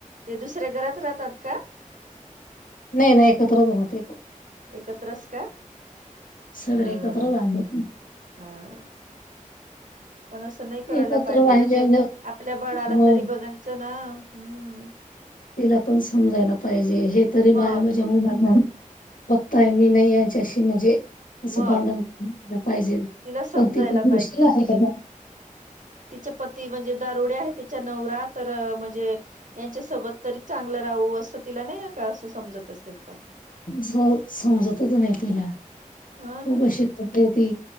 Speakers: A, on the right; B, on the left.
A: ते दुसऱ्या घरात राहतात का?
B: नाही नाही एकत्रच राहते.
A: एकत्रच का
B: सगळे
A: ह
B: एकत्र राहतात ते.
A: हा पण अस नाही करायला
B: एकत्र
A: पाहिजे
B: राहिले
A: ग ते आपल्या बाळाला
B: हो
A: तरी बघायचं ना हम्.
B: तिला पण समजायला पाहिजे हे तरी
A: मग
B: माया माझ्या मुलाना फक्त आहे मी नाही यांच्याशी म्हणजे अस
A: मग
B: भांडण पाहिजे
A: तिला समजायला
B: पण ती पण आहे का?
A: तिच्या पती म्हणजे दारुडे आहे तिच्या नवरा तर म्हणजे यांच्या सोबत तरी चांगलं राहू असं तिला नाही का असं समजत असेल का?
B: स समजत त नाहीला.
A: हा ना
B: खूप अशी करते ती